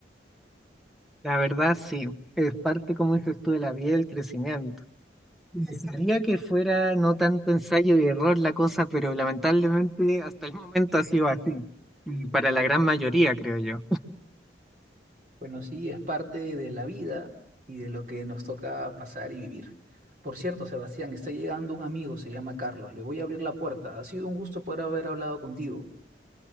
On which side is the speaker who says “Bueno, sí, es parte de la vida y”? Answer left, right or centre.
Right